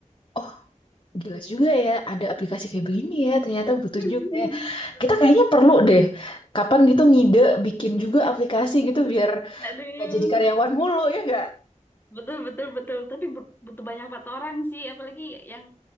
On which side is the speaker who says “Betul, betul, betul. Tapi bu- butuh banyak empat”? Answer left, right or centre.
Left